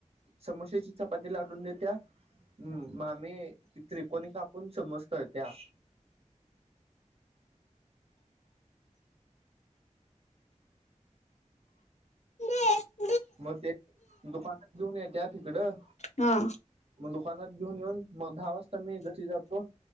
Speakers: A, on the right; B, on the left.
A: समोस्याची चपाती लाटून देत्या, म मामी त्रिकोणी कापून समोस तळत्या.
B: दे.
A: म ते दुकानात घिऊन येत्यात हिकडं
B: हा हा
A: मग दु कानात घिऊन यून मग दहा वाजता मी घरी जातो